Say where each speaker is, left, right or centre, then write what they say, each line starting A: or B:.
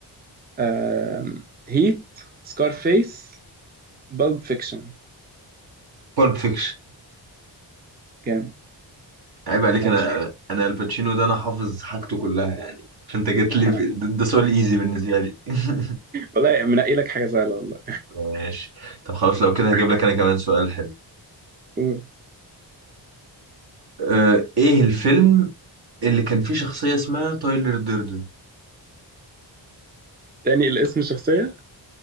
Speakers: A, on the right (about 20°); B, on the right (about 60°).
A: آه... هيت سكارفيس بالب فيكشن
B: بالب فيكشن
A: جامد
B: عيب عليك
A: عايش
B: أنا أنا الباتشينو ده أنا حافظ حاجته كلها يعني فأنت جيت لي
A: فاهم
B: في... ده ده سؤال إيزي بالنسبة لي <laughs>
A: والله منقي لك حاجه سهله والله
B: ماشي طب خلاص لو كده هجيب لك أنا كمان سؤال حلو
A: قول.
B: آه، ايه الفيلم اللي كان فيه شخصية اسمها تايلر ديردن
A: تاني الاسم الشخصيه